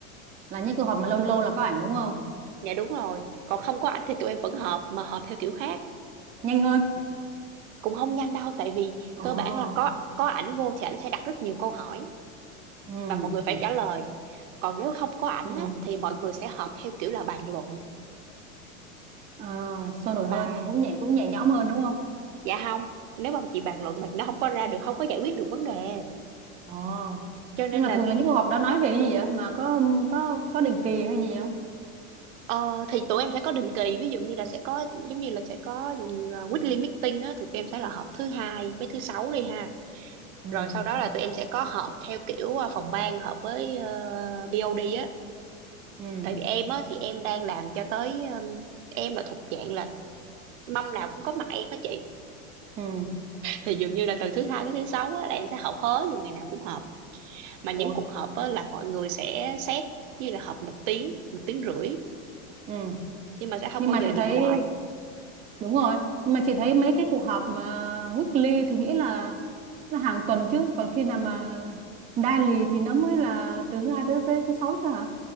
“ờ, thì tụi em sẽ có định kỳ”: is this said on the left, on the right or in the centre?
Right